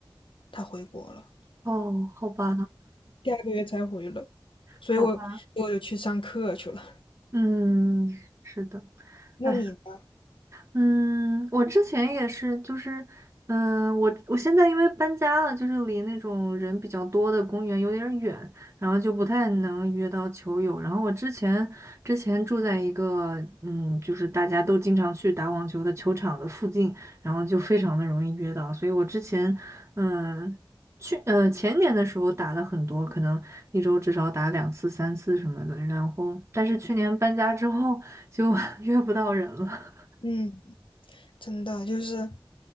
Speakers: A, on the left (about 85°); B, on the right (about 30°).
A: 他回国了。
B: 哦，好吧，
A: 第二个月才回了，所以我所以我就去上课去了。
B: 好吧，嗯，是的。
A: 那你呢？
B: 哎嗯，我之前也是，就是，嗯、我我现在因为搬家了，就是离那种人比较多的公园有点儿远，然后就不太能约到球友。然后我之前之前住在一个，嗯，就是大家都经常去打网球的球场的附近，然后就非常的容易约到。所以我之前，嗯、去，呃，前年的时候打了很多，可能一周至少打两次、三次什么的。然后，但是去年搬家之后就 <laughs> 约不到人了。
A: 嗯，真的就是